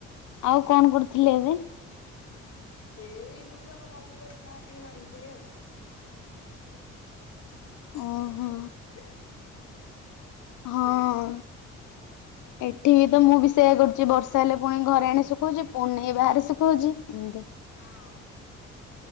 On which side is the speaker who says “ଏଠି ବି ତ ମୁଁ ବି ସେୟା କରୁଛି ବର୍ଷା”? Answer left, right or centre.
Left